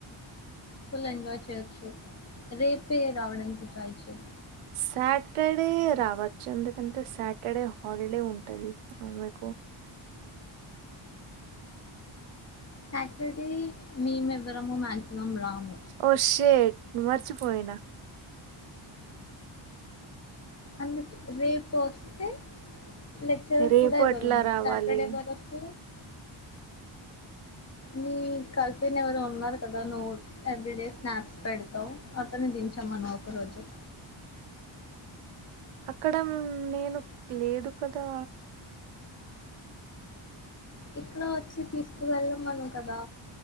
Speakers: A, on the left; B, on the right.
A: ఫుల్ ఎంజాయ్ చేయొచ్చు రేపే రావడానికి ట్రై చేయ్
B: సాటర్డే రావచ్చ ఎందుకంటే సాటర్డే హాలిడే ఉంటది ఆ మీకు
A: సాటర్డే మేము ఎవ్వరము మాక్సిమం రాము
B: ఓ షేట్ మర్చిపోయినా
A: అందుక్ రేపోస్తే లేక్చరర్స్
B: రేపు
A: కూడా ఎవరుండరు
B: అట్లా రావాలి
A: సటర్డే వరకు మీ కసీన్ ఎవరొ ఉన్నరు కదా నువ్ ఎవెర్యడే స్నాప్స్ పెడతవ్ అతన్ని దిన్ చమను ఒక రోజు
B: అక్కడ మ్ నేను క్లేదు కదా
A: ఇక్కడా వచ్చి తీసుకు వెళ్ళమను కదా